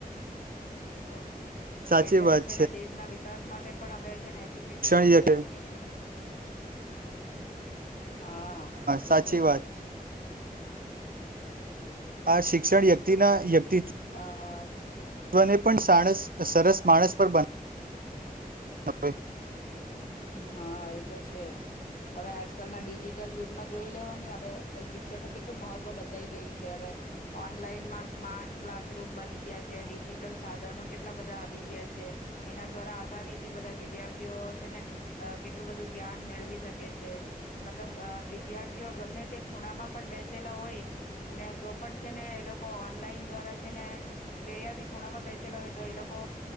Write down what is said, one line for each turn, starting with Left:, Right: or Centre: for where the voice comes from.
Left: તો
Right: સાચી
Left: એટલે
Right: વાત
Left: છે ને દેશના વિકાસ માટે પણ હવે છે ને એજ્યુકેશન
Right: શિક્ષણ
Left: ખુબ જરૂરી છે. હા
Right: સાચી
Left: એ તો છે
Right: વાત
Left: જ
Right: આ શિક્ષણ વ્યક્તિ ના વ્યક્તિ
Left: હા હા
Right: ત્વ ને પણ સાણસ સરસ માણસ પર બ નાવે
Left: હા એ તો છે જ હવે આજકાલના ડિજિટલ યુગમાં જોઈ લેવો ની હવે શિક્ષણનું કેટલું મહત્વ બદલાઈ ગયું છે હવે ઓનલાઈનમાં સ્માર્ટ ક્લાસરૂમ બની ગયા છે ડિજીટલ સાધનો કેટલા બધા આવી ગયા છે. એના દ્વારા આસાનીથી બધા વિદ્યાર્થીઓ છે ને અ કેટલું બધું જ્ઞાન મેળવી શકે છે. મતલબ વિદ્યાર્થીઓ ગમે તે ખૂણામાં પણ બેસેલા હોય ને તો પણ છે ને એ લોકો ઓનલાઈન દ્વારા છે ને કયા ભી ખૂણામાં બેસેલા હોય તો એ લોકો